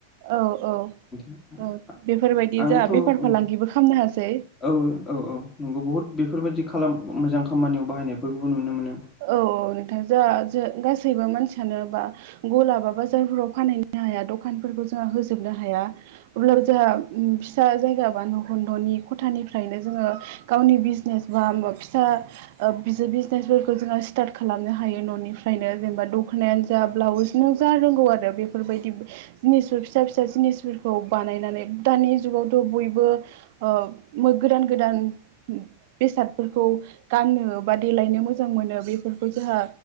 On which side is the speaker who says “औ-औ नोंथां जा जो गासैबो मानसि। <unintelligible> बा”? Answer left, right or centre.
Right